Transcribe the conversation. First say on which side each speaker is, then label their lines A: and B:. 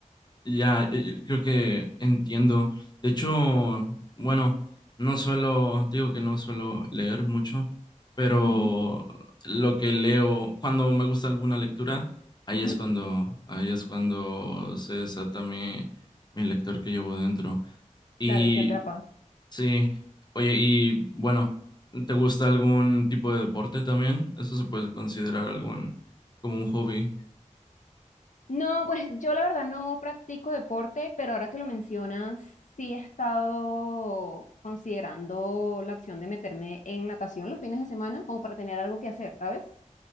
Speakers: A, on the left (about 35°); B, on the left (about 75°).
A: Ya, eh, eh, creo que entiendo. De hecho, bueno, no suelo, digo que no suelo leer mucho, pero
B: ujú,
A: lo que leo, cuando me gusta alguna lectura, ahí
B: ujú,
A: es cuando, ahí es cuando se desata mi, mi lector que llevo dentro. Y
B: claro, y te atrapa.
A: sí, oye, y bueno, ¿te gusta algún tipo de deporte también? Eso se puede considerar algún, como un hobby.
B: No, pues yo la verdad no practico deporte, pero ahora que lo mencionas, sí he estado considerando la opción de meterme en natación los fines de semana, como para tener algo que hacer, ¿sabes?